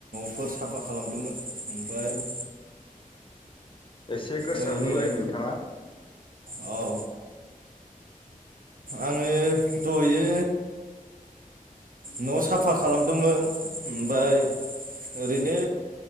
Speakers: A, on the right; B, on the left.
A: फोर साफा खालामदोंमोन ओमफ्राय
B: एसे गोरसा
A: ओरैनो
B: बुंलाय नोंथाङा
A: औ आङो दहयो न' साफा खालामदोंमोन ओमफाय ओरैनो